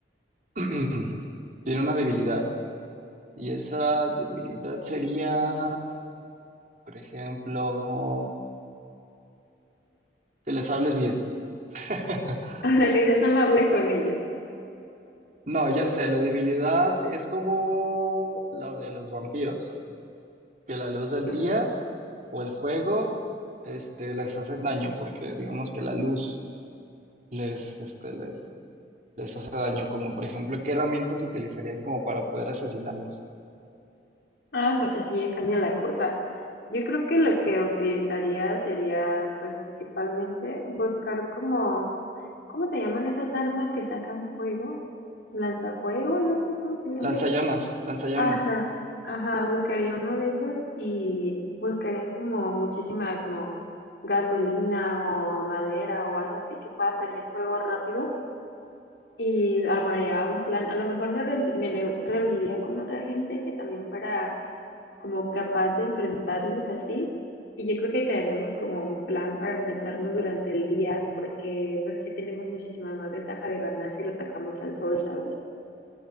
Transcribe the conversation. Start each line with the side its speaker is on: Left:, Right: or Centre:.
Right: <clears throat> tienen una debilidad. Y esa debilidad sería, por ejemplo, que les hables bien. <laughs>
Left: O sea, que seas amable con ellos.
Right: No, ya sé, la debilidad es como la de los vampiros. que la luz del
Left: Mm.
Right: día o el fuego este, les hacen daño, porque digamos que la luz les, este, les, les hace daño, como por ejemplo, ¿qué herramientas utilizarías como para poder asesinarlos?
Left: Ah, pues así ya cambia la cosa. Yo creo que lo que utilizaría sería, pues principalmente, buscar como, ¿cómo se llaman esas armas que sacan fuego? Lanzafuego, no sé cómo se llaman.
Right: Lanzallamas, lanzallamas.
Left: Ajá, ajá, buscaría uno de esos y buscaría como muchísima como gasolina o madera o algo así que pueda prender fuego rápido y armaría un plan. A lo mejor me, re- me re- reuniría con otra gente que también fuera como capaz de enfrentarlos así y yo creo que crearíamos como un plan para enfrentarnos durante el día porque pues así tenemos muchísima más ventaja de ganar si lo sacamos al sol, ¿sabes?